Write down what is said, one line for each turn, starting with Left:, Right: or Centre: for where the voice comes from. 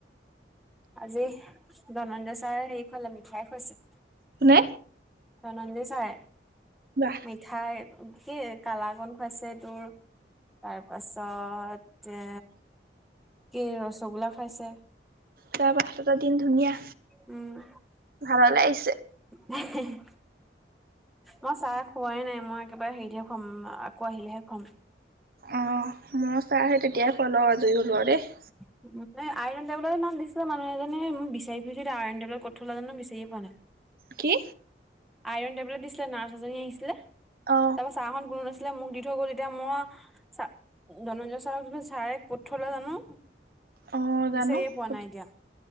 Centre: আজি ধনঞ্জয় ছাৰে হেৰি খুৱালে মিঠাই খুৱাইছে।
Right: কোনে?
Centre: ধনঞ্জয় চাৰে।
Right: বাহ
Centre: মিঠাই কি কালাকান খুৱাইছে তোৰ- তাৰ পাছতে কি ৰসগোল্লা খুৱাইছে।
Right: তাৰপাছত দিন ধুনীয়া।
Centre: উমঁ।
Right: ঘৰলে আহিছে।
Centre: হে-হে-হে। মই চাহ খুওৱাই নাই, মই একেবাৰে হেৰিতহে খুৱাম আকৌ আহিলে'হে খুৱাম।
Right: অ', মই চাহ সেই তেতিয়াই খোৱাই লৈ আজৰি হ'লো আৰু দেই।
Centre: <unintelligible> আইৰণ টেবলেত সিদিনা দিছিলে মানুহ এজনে বিচাৰি ফুৰিছো আইৰণ টেবলেত ক'ত থ'লে জানো বিচাৰিয়ে পোৱা নাই। <unintelligible>
Right: কি?
Centre: আইৰণ টেবলেট দিছিলে নাৰ্ছ এজনী আহিছিলে,
Right: অ
Centre: তাৰপাছত ছাৰহঁত কোনো নাছিলে - মোক দি থৈ গ'ল তেতিয়া মই চা' ধনঞ্জয় ছাৰক দিলো ছাৰে ক'ত থ'লে জানো।
Right: অ জানো
Centre: বিচাৰিয়ে পোৱা নাই এতিয়া।